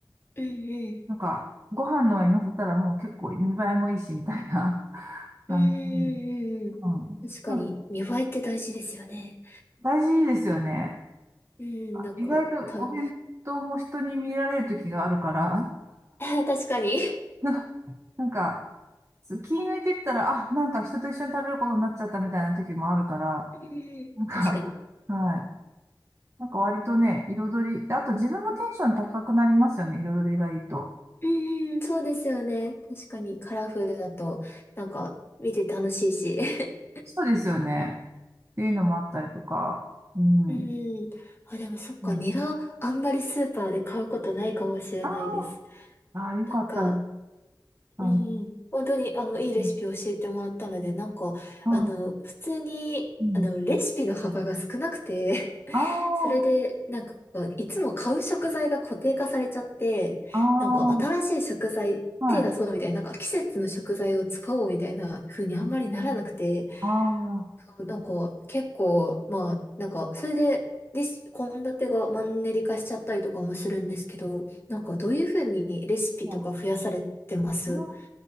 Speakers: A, on the left; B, on the right.
A: うんうん。
B: なんか、ご飯の上に乗せたらもう結構見栄えもいいし、みたいな <laughs> 感じ。
A: うんうんうんうん。
B: うん。
A: 確かに、
B: なんか
A: 見栄えって大事ですよね。
B: 大事ですよね。
A: うん、なんか、
B: 意外とお弁当も人に見られる時があるから、
A: た、<laughs> 確かに。
B: <laughs> なんか、そう気抜いてったら、あ、なんか人と一緒に食べることになっちゃったみたいな時もあるから、
A: うんうん確かに。
B: なんか、<laughs> はい。なんか割とね、彩り、であと自分もテンション高くなりますよね、彩りがいいと。
A: うんうん、そうですよね。確かに、カラフルだと、なんか、見て楽しいし。<laughs>
B: そうですよね。っていうのもあったりとか、うん。
A: うん。あ、でもそっか、
B: うん
A: ニラ、あんまりスーパーで買うことないかもしれないです。
B: ああ、ああ、よかったら、
A: なんか、
B: あの、
A: うんうん、本当にあのいいレシピ教えてもらったので、
B: うん
A: なんか、
B: ああ、
A: あの、普通に、
B: うん。
A: あの、レシピの幅が少なくて、<laughs>
B: ああ、
A: それで、なんか、いつも買う食材が固定化されちゃって、
B: は
A: なんか、新しい食材、
B: い。ああ、
A: 手出そうみたいな、
B: はい。
A: なんか、季節の食材を使おうみたいな風にあんまりならなくて、
B: ああ、
A: そうなんか、結構、まあ、なんか、それで、レシ献立がマンネリ化しちゃったりとかもするんですけど、なんか、どういう風にレシピとか増やされてます
B: はい。あ